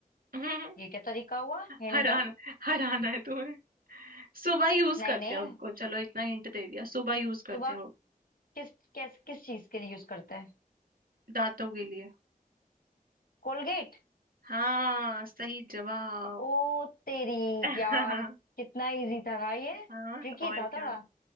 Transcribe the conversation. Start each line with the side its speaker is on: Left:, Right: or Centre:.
Right: <laughs>
Left: ये क्या तरीका हुआ हिंट
Right: हराना
Left: दो
Right: हराना है तुम्हें सुबह यूज
Left: नहीं
Right: करते
Left: नहीं
Right: हैं उसको चलो इतना हिंट दे दिया सुबह यूज करते
Left: सुबह
Right: हैं
Left: किस किस किस चीज के लिए यूज करते हैं
Right: दांतों के लिए
Left: कोलगेट
Right: हाँ सही जवाब
Left: ओ तेरी
Right: <laughs>
Left: यार कितना इजी था ना ये
Right: हाँ
Left: ट्रिकी
Right: और
Left: था
Right: क्या
Left: थोड़ा